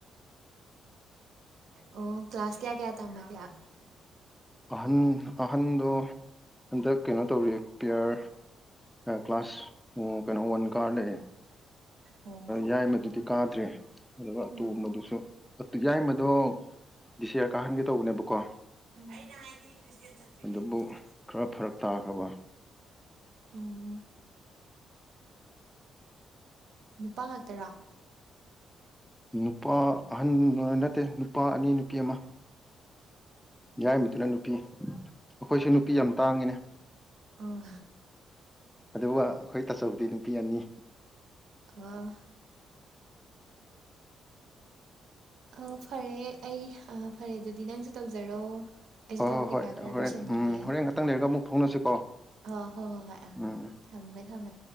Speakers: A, on the right; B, in the centre.
A: ꯑꯣ ꯀ꯭ꯂꯥꯁ ꯀꯌꯥ ꯀꯌꯥ ꯊ ꯀꯌꯥ
B: ꯑꯍꯟ ꯑꯍꯟꯗꯣ ꯍꯟꯗꯛ ꯀꯩꯅꯣ ꯇꯧꯔꯤ ꯄꯦꯌꯔ ꯀ꯭ꯂꯥꯁ ꯀꯩꯅꯣ ꯋꯥꯟ ꯀꯥꯔ ꯂꯩꯌꯦꯦ
A: ꯑꯣ
B: ꯌꯥꯏ ꯃꯗꯨꯗꯤ ꯀꯥꯗ꯭ꯔꯦ ꯑꯗꯨꯒ ꯑꯇꯣꯝꯕꯗꯨꯁꯨ
A: ꯎꯝ
B: ꯌꯥꯏꯃꯗꯣ ꯗꯤꯁꯌꯥꯔ ꯀꯥꯍꯟꯒꯦ ꯇꯧꯕꯅꯦꯕꯀꯣ
A: ꯑꯩꯅ ꯍꯥꯏꯗꯤ ꯈ꯭ꯔꯤꯁꯇꯦꯟ ꯆꯠꯇ꯭ꯔꯤꯉꯩꯒꯤ
B: ꯑꯗꯨꯕꯨ ꯈꯔ ꯐꯔꯛ ꯇꯥꯈ꯭ꯔꯕ
A: ꯎꯝ ꯅꯨꯄꯥ ꯉꯥꯛꯇꯔꯥ
B: ꯅꯨꯄꯥ ꯑꯍꯟ ꯅꯠꯇꯦ ꯅꯨꯄꯥ ꯑꯅꯤ ꯅꯨꯄꯤ ꯑꯃ
A: ꯑꯣ
B: ꯌꯥꯏꯃꯗꯨꯅ ꯅꯨꯄꯤ ꯑꯩꯈꯣꯏꯁꯨ ꯅꯨꯄꯤ ꯌꯥꯝ ꯇꯥꯡꯉꯤꯅꯦ
A: ꯑꯣ
B: ꯑꯗꯨꯒ ꯑꯩꯈꯣꯏ ꯇꯥꯆꯧꯕꯗꯤ ꯅꯨꯄꯤ ꯑꯅꯤ
A: ꯑꯥ ꯑ ꯐꯔꯦ ꯑꯩ ꯐꯔꯦ ꯑꯗꯨꯗꯤ ꯅꯪꯁꯨ ꯇꯧꯖꯔꯣ ꯑꯩꯁꯨ
B: ꯍꯣꯏ ꯍꯣꯏ
A: ꯊꯕꯛ ꯀꯩꯀꯥ
B: ꯍꯣꯏ
A: ꯈꯔ
B: ꯍꯣꯔꯦꯟ
A: ꯂꯣꯏꯁꯤꯟꯈꯤꯒꯦ
B: ꯎꯝ ꯍꯣꯔꯦꯟ ꯉꯥꯛꯇꯪ ꯂꯩꯔꯒ ꯑꯃꯨꯛ ꯐꯥꯎꯅꯁꯤꯀꯣ
A: ꯑ ꯍꯣ ꯍꯣ ꯍꯣꯏ ꯑꯥ
B: ꯎꯝ
A: ꯊꯝꯃꯦ ꯊꯝꯃꯦ